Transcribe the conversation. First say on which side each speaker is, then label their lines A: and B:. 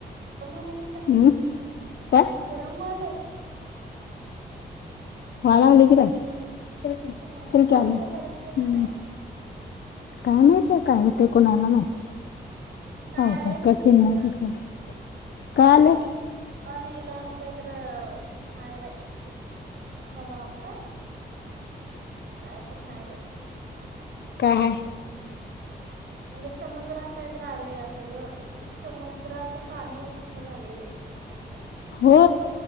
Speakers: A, on the right; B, on the left.
A: अमोहोलय तिकड
B: मग काय
A: गरम होलय
B: हो <unintelligible> आला आले की बाई चलक
A: अ पाऊस
B: आले
A: काय
B: हम्
A: पडतोय का नाही?
B: काय माहीत बई काय हो ते कोणाला माहीत.
A: काय
B: हो
A: आलंय
B: स
A: नव्ह
B: <unintelligible> का
A: समुद्रात?
B: चन सर काल.
A: आणि लॉस कायतर हाय बई वज <unintelligible> हवा काय कायतर हाय बई
B: काय हाय?
A: म्हणजे समुद्रात काहीतर आलंय असं गं समुद्राचं पाणी उष्ण झालंय हे असं.
B: हो.